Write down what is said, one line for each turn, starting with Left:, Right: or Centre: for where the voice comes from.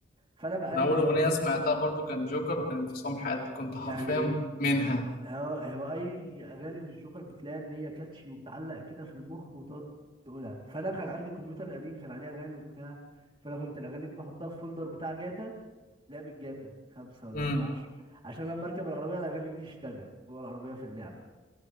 Right: فانا بقلب
Left: انا اول اغنيه
Right: في
Left: سمعتها برضو كان جوكر وكان انفصام حياتي كنت
Right: يعني
Left: حرفيا منها
Right: هو, هو اي اغاني للجوكر بتلاقي ان هي كاتشي وبتعلق كده في المخ وتقعد تقولها فانا كان عندي كمبيوتر قديم كان عليه اغاني وبتاع فانا كنت الاغاني دي بحطها في فولدر بتاع جاتا لعبة جاتا خمسة ولا
Left: امم
Right: جاتا عشرة عشان لما اركب العربية الاغاني دي تشتغل جوه العربية في اللعبة